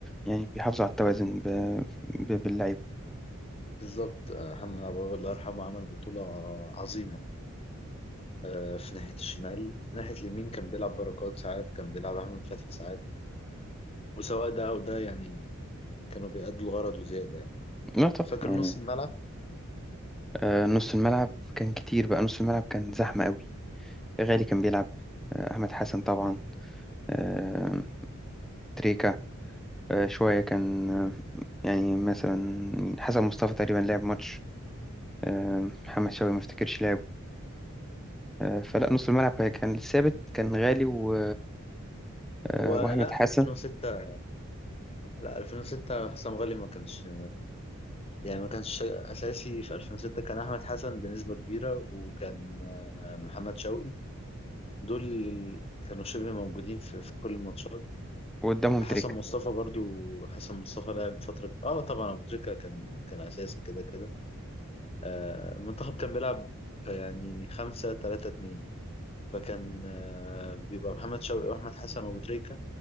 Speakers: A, in the centre; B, on the left.
A: يعني بيحافظ على التوازن ب... ب... باللعيبة
B: بالظبط آه، محمد عبد الوهاب الله يرحمه عمل بطولة عظيمة آه في ناحية الشمال ناحية اليمين كان بيلعب بركات ساعات كان بيلعب أحمد فتحي ساعات وسواء ده أو ده يعني كانوا بيأدوا الغرض وزيادة يعني
A: لا طبعا
B: فاكر
A: يعني
B: نص الملعب
A: آه، نص الملعب كان كتير بقى نص الملعب كان زحمة قوي غالي كان بيلعب آه، أحمد حسن طبعا آه، تريكا آه، شوية كان آه، يعني مثلا مين؟ حسن مصطفى تقريبا لعب ماتش آه، محمد شوقي ما افتكرش لعب آه، فلا نص الملعب كان كان ثابت كان غالي و... آه،
B: هو
A: واحمد
B: لا
A: حسن
B: 2006 لا 2006 حسام غالي ما كانش يعني ما كانش اساسي في 2006 كان احمد حسن بنسبه كبيره وكان آه، محمد شوقي دول ال- كانوا شبه موجودين في, في كل الماتشات
A: وقدامهم
B: حسن
A: تريكت
B: مصطفى برضو حسن مصطفى لعب فتره اه طبعا ابو تريكه كان كان اساسي كده كده آه، المنتخب كان بيلعب يعني 5 3 2 فكان آه، بيبقى محمد شوقي واحمد حسن وابو تريكه